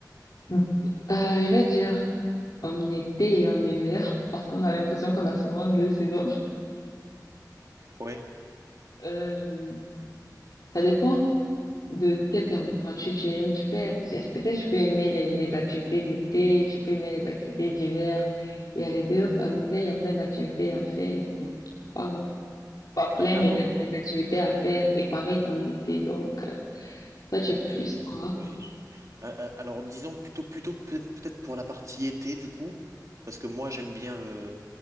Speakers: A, on the left; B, on the right.
A: Euh, je vais dire en été et en hiver, parce qu'on a l'impression qu'on a seulement deux saisons.
B: Ouais.
A: Euh, ça dépend de quelle température tu aimes. Tu peux, être- peut-être tu peux aimer les, les activités d'été, tu peux aimer les activités d'hiver. Il y a les deux. En hiver, il y a plein d'activités à faire. Bon, pas, pas
B: A-
A: plein,
B: Alors,
A: mais il y a des activités à faire. Et pareil qu'en été. Donc, ça, tu es plus
B: alors,
A: quoi?
B: ouais. je- a- a- Alors, disons plutôt plutôt peut-être peut-être pour la partie été du coup, parce que moi j'aime bien le,